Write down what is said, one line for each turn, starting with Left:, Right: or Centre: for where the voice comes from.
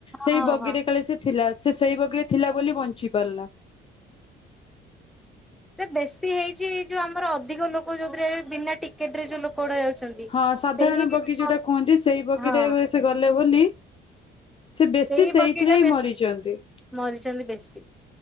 Left: ସେଇ
Centre: ହଁ
Left: ବଗିରେ
Centre: ହଁ
Left: କାଳେ ସେ ଥିଲା ସେ ସେଇ ବଗିରେ ଥିଲା ବୋଲି ବଞ୍ଚି ପାରିଲା।
Centre: ସେ ବେଶୀ ହେଇଛି ଯୋଉ ଆମର ଅଧିକ ଲୋକ ଯୋଉଥିରେ ଏବେ ବିନା ଟି କେଟରେ ଯୋଉ ଲୋକ ଗୁଡା ଯାଉଛନ୍ତି।
Left: ହଁ ସାଧାରଣ
Centre: ସେଇ
Left: ବଗି ଯୋଉଟା
Centre: ବ
Left: କୁହନ୍ତି ସେଇ ବଗିରେ
Centre: ହଁ
Left: ସେ ଗଲେ ବୋଲି ସେ ବେଶୀ
Centre: ସେଇ
Left: ସେଇଥିରେ
Centre: ବଗିଟା
Left: ହିଁ
Centre: ବେଶୀ
Left: ମରିଛନ୍ତି।
Centre: ମରିଛନ୍ତି ବେଶୀ।